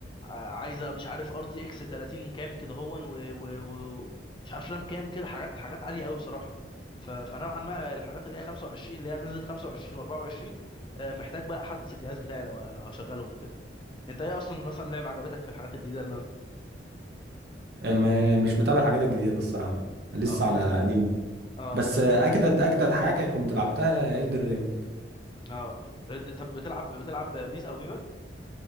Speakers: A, on the left; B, on the right.
A: عايزه مش عارف ار تي اكس 30 كام كده هون و- و- و- مش عارف رام كام كده حاجات حاجات عاليه قوي بصراحه ف- فنوعا ما الحاجات اللي هي 25 اللي هي نزلت 25 و24 محتاج بقى احدث الجهاز بتاعي لو لو هشغلهم وكده انت ايه اصلا مثلا لعبه عجبتك في الحاجات الجديده اللي نازله
B: آه، ما- مش متابع الحاجات الجديده الصراحه لسه
A: اه
B: على
A: هي
B: قديمه
A: اه
B: بس آه، اجدد اجدد حاجه كنت لعبتها إلدر رينج
A: اه رد طب بتلعب بتلعب بيس او فيفا